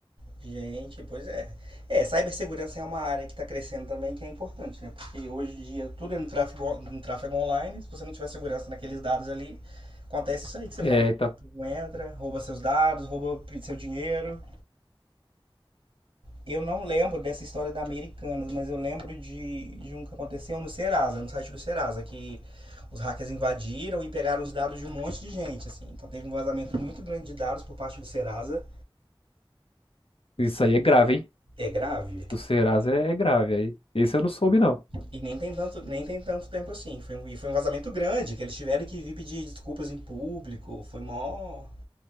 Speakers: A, on the right; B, on the left.
A: Gente, pois é. É, cibersegurança é uma área que está crescendo também, que é importante, né? Porque hoje em dia tudo é no tráfego, no tráfego online. Se você não tiver segurança naqueles dados ali, acontece isso aí que você
B: É,
A: falou.
B: então,
A: Tu entra, rouba seus dados, rouba pri- seu dinheiro. Eu não lembro dessa história da Americanas, mas eu lembro de, de um que aconteceu no Serasa, no site do Serasa, que os hackers invadiram e pegaram os dados de um monte de gente, assim. Então teve um vazamento muito grande de dados por parte do Serasa.
B: isso aí é grave, hein?
A: É grave.
B: Do Serasa é, é grave, aí. Esse eu não soube, não.
A: E nem tem tanto, nem tem tanto tempo assim. Foi um, foi um vazamento grande, que eles tiveram que vir pedir desculpas em público. Foi mó,